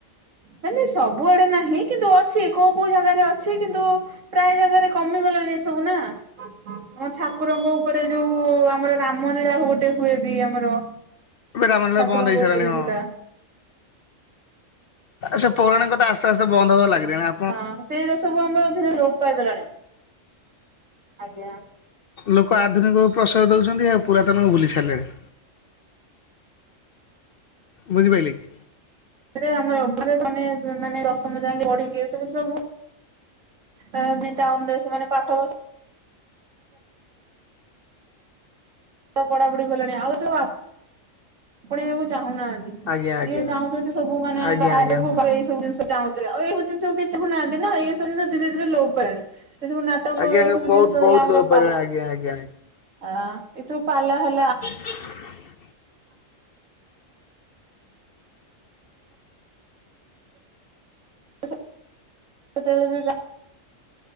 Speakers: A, on the right (about 70°); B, on the left (about 55°).
A: ମାନେ ସବୁଆଡେ ନାହିଁ। କିନ୍ତୁ ଅଛି କୋଉ କୋଉ ଜାଗାରେ ଅଛି, କିନ୍ତୁ ପ୍ରାୟ ଜାଗାରେ କମିଗଲାଣି ଏସବୁ ନା। ଆମ ଠାକୁରଙ୍କ ଉପରେ ଯୋଉ ଆମର ରାମ ଲୀଳା ଗୋଟେ ହୁଏ ବି ଆମର।
B: ରାମ ଲୀଳା
A: ଠାକୁରଙ୍କ
B: ବନ୍ଦ ହେଇସାଇଲାଣି
A: ଉପରେ
B: ହଁ।
A: ଯୋଉଟା
B: ସେ ପୌରାଣିକ କଥା ଆସ୍ତେ ଆସ୍ତେ ବନ୍ଦ ହବାକୁ ଲାଗିଲାଣି ଆ
A: ହଁ ସେଇରା ସବୁ ଆମର ଧୀରେ ଲୋପ ପାଇଗଲାଣି। ଆଜ୍ଞା।
B: ଲୋକ ଆଧୁନିକ ପ୍ରସୟ ଦଉଛନ୍ତି ଆଉ ପୁରାତନ କୁ ଭୁଲି ସାରିଲେଣି। ବୁଝି ପାଇଲେ କି?
A: ମାନେଆମର ମାନେ ଧନିଏମାନେଦସ ଯାଇକି ପଢିକି ଏ ସବୁ ସବୁ। ଏ ମେନ୍ ଟାଉନ୍ ରେ ସେମାନେ ପାଠ ପଢୁସ ଠ ପଢାପଢି କଲେଣି, ଆଉ ସବୁ ଆପ୍ ପଣେଇବାକୁ ଚାହୁଁନାହାଁନ୍ତି।
B: ଆଜ୍ଞା ଆଜ୍ଞା
A: ଯିଏ ଚାହୁଁଛନ୍ତି ସବୁ ମାନେ
B: ଆଜ୍ଞା
A: ଆମେ ବାହାର
B: ଆଜ୍ଞା
A: ରହିବୁ,
B: ହଁ
A: ଏଇ ସବୁ ଜିନିଷ ଚାହୁଁ ଏଇ ହଉ ଜିନିଷ କେହି ଚାହୁଁ ନାହାଁନ୍ତି ନା! ଇଏ ସବୁ ଜିନିଷ ଧୀରେ ଧୀରେ ଲୋପ ପାଇଲାଣି। ଏଇ ସବୁ ନାଟ୍ ଟଵ
B: ଆଜ୍ଞା
A: ଏଇ
B: ଆଜ୍ଞା
A: ସବୁ
B: ବହୁତ
A: ଜିନିଷ
B: ବହୁତ
A: ହେଲା ଆମର
B: ଲୋପ ପାଇଲାଣି
A: ପାଲା
B: ଆଜ୍ଞା ଆଜ୍ଞା ଆଜ୍ଞା।
A: ଆ ଏଇସବୁ ପାଲା ହେଲା ଆ
B: <inaudible>
A: ସେ-ସେତେବେଳେ ବି ଯା